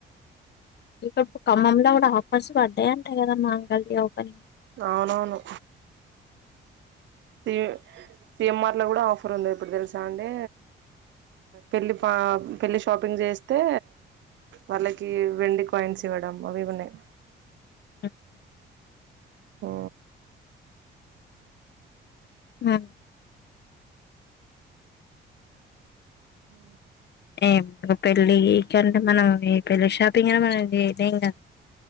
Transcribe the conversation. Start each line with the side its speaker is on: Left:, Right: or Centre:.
Left: ఇక్కడ ఖమ్మంలో కూడా ఆఫర్స్ పడ్డాయంటాయి కదా మాంగళ ఓపెరి
Right: అవునవును సి సిఎంఆర్ లో కూడా ఆఫర్ ఉంది ఇప్పుడు తెలుసా అండి పెళ్ళి పెళ్లిి షాపింగ్ చేస్తే వాళ్ళకి వెండి కాయిన్స్ ఇవ్వడం అవి ఉన్నాయి
Left: అ
Right: మ్
Left: ఆ
Right: ఉ
Left: ఏమి పెళ్ళికంటే మనం ఈ పెళ్ళి షాపింగ్ అనే మనం చేయలేం కదా